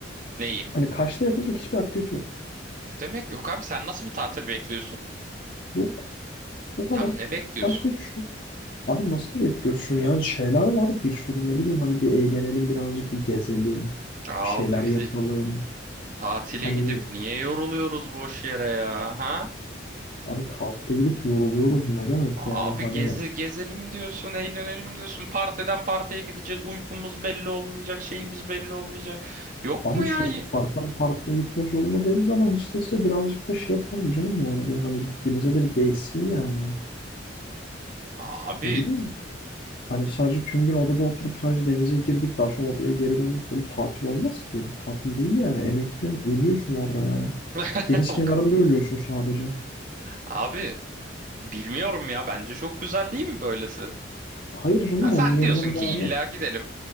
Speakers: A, on the right; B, on the left.
A: neyi?
B: Hani Kaş'ta yapılacak hiçbir aktivite yok.
A: Ne demek yok abi sen nasıl bir tatil bekliyorsun?
B: Yok. Bu kadar.
A: Tam ne bekliyorsun?
B: Başka hiçbir şey yok. Abi nasıl bekliyorsun? Yani şeyler var bir sürü ne bileyim hani bir eğlenelim birazcık bir gezelim.
A: Abi
B: Bir şeyler
A: biz
B: yapalım.
A: tatile
B: Hani
A: gidip niye yoruluyoruz boş yere ya? Ha?
B: abi tatile gidip yoruluyoruz ne demek yani
A: Abi
B: hani
A: gezi, gezelim diyorsun, eğlenelim diyorsun. Partiden partiye gideceğiz. Uykumuz belli olmayacak, şeyimiz belli olmayacak. Yok
B: abi
A: mu ya?
B: sürekli
A: ye-
B: partiden partiye gitmek zorunda değiliz ama hiç değilse birazcık da şey yapalım canım yani bir hani gittiğimize de bir değsin yani.
A: Abi.
B: Ne bileyim. Hani sadece tüm gün odada oturup sadece denize girdik. Daha sonra odaya geri döndük. Böyle tatil olmaz ki. Bu tatil değil yani. Emekli. Ölüyorsun orada yani.
A: <laughs>
B: Deniz
A: Yok.
B: kenarında ölüyorsun sadece.
A: Abi bilmiyorum ya. Bence çok güzel değil mi böylesi?
B: Hayır canım
A: Ha, sen
B: onun yerine
A: diyorsun ki
B: bari.
A: illa gidelim.